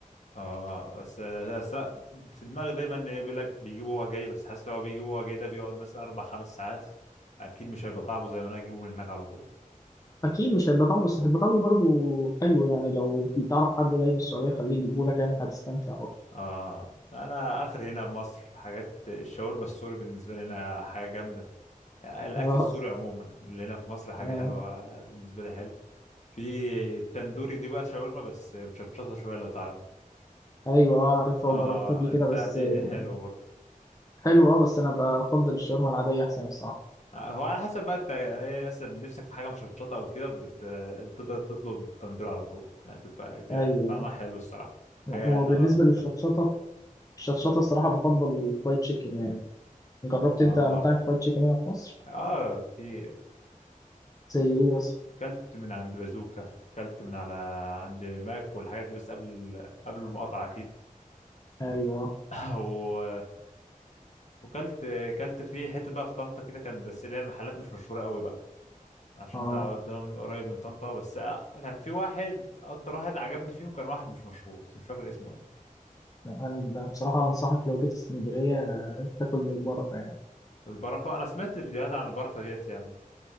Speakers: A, on the left; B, on the left.
A: اه بس بس في دماغي دايما إن بيقول لك بيجيبه هو جاي بس حاسس لو هو بيجيبه هو جاي ده بيقعد مثلا اربع خمس ساعات اكيد مش هيبقى طعمه زي ما انا اجيبه من هناك على طول
B: أكيد مش هيبقى طعمه بس هيبقى طعمه برضه حلو يعني لو تعرف حد جاي من السعودية خليه يجيبه لك يعني هتستمتع برضه
A: اه انا اخر هنا بمصر حاجات الشاورما السوري بالنسبه لي هنا حاجه جامده الاكل
B: آه
A: السوري عموما اللي هنا في مصر حاجه
B: آه
A: حلوه بالنسبه لي حلو في التندوري دي بقى شاورما بس مشطشطه شويه لو تعرف
B: أيوه آه عارفها
A: اه
B: وجربتها قبل كده
A: البتاع
B: بس
A: دي
B: آه،
A: حلوه برضه
B: حلو أه بس أنا بفضل الشاورما العادية أحسن الصراحة
A: آه، هو على حسب بقى انت ايه مثلا نفسك في حاجه مشطشطه او كده بت- تقدر تطلب تندور على طول يعني تبقى جا-
B: أيوه
A: طعمها حلو الصراحه حاجه
B: وبالنسبة
A: مختلفه
B: للشطشطة الشطشطة الصراحة بفضل الفرايد تشيكن يعني جربت
A: اه
B: أنت مطاعم فرايد تشيكن هنا في مصر؟
A: اه كتير
B: زي إيه مثلا؟
A: كلت من عند بازوكا وكلت من على عند ماك والحاجات دي بس قبل ال... قبل المقاطعه اكيد
B: أيوه
A: <laughs> و وكلت كلت في حته بقى في طنطا كده كان بس اللي هي المحلات مش مشهوره قوي بقى عشان
B: آه
A: انا قدام قريب من طنطا بس كان في واحد اكتر واحد عجبني فيهم كان واحد مش مشهور بس مش فاكر اسمه ايه
B: أنا بصراحة أنصحك لو جيت اسكندرية آه، تاكل من البركة يعني
A: البركه انا سمعت فيديوهات عن البركه ديت يعني